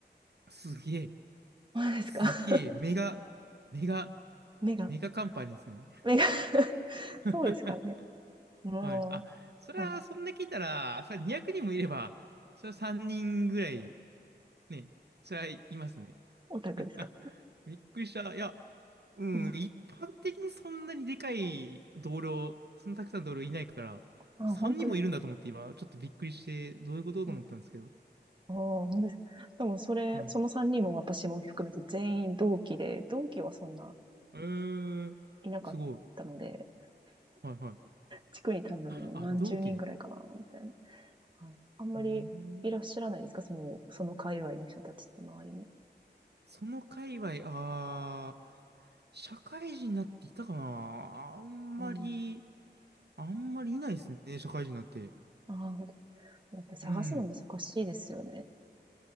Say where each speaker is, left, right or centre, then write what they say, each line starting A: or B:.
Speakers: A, on the right (about 65°); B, on the right (about 25°).
A: すげえ、
B: そうですか。
A: すげえ、
B: <laughs>
A: メガ、メガ、
B: 目が、
A: メガカンパニーですね。
B: 目が、
A: <laughs>
B: そうですかね。も
A: はい。あ、それは、
B: う、はい。
A: そんな聞いたら、それは200人もいれば、それは3人ぐらい、ね、それはいますね。
B: オタクですか。
A: <laughs> びっくりした。いや、うん、
B: うん。
A: 一般的にそんなにでかい同僚、そんなたくさん同僚いないから、
B: あ、
A: 3人もいるんだと思って今、
B: 本当ですか。
A: ちょっとびっくりして、どういうことと思ったんですけど。
B: うんああ、本当ですか。でも、それ、
A: は
B: その3人も私も含めて全員同期で、同期はそんな
A: い。えー、
B: いなかったので、
A: すごい。はいはい。
B: 地区に多分何十人ぐらいかな、
A: <laughs> あ、同期で。
B: みたいな。はい。あんまりいらっしゃらないですか？
A: うーん。
B: そのその界隈の人たちって周りに。
A: その界隈、ああ、社会人になっていたかな。あんまり、
B: うん。
A: あんまりいないですね、社会人になって。
B: ああ、ほんと、やっぱり探すの難しいですよね。
A: うん。